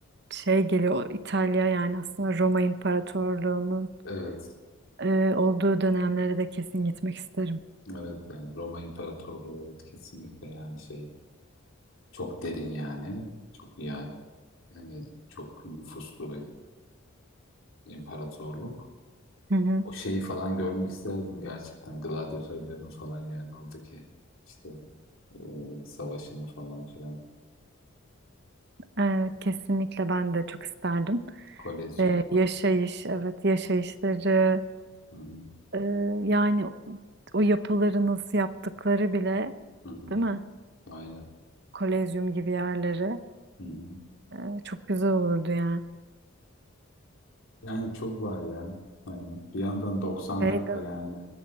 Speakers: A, on the right; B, on the left.
A: şey geliyor. İtalya yani aslında Roma İmparatorluğu'nun
B: evet.
A: Ee, olduğu dönemlere de kesin gitmek isterim.
B: Evet yani Roma İmparatorluğu evet kesinlikle yani şey çok derin yani. Çok ya yani çok nüfuslu bir imparatorluk.
A: Hı hı.
B: O şeyi falan görmek isterdim gerçekten gladyatörlerin falan yani oradaki işte e, savaşını falan filan.
A: Ee, kesinlikle ben de çok isterdim.
B: Kolezyonu
A: Ee,
B: falan.
A: yaşayış, evet yaşayışları,
B: Hı hı,
A: e, yani o yapıları nasıl yaptıkları bile,
B: hı hı.
A: değil mi?
B: Aynen.
A: Kolezyum gibi yerleri
B: Hı hı.
A: e, çok güzel olurdu yani.
B: Yani çok var ya. Hani bir yandan 90'lar
A: Şey değil
B: da
A: mi?
B: yani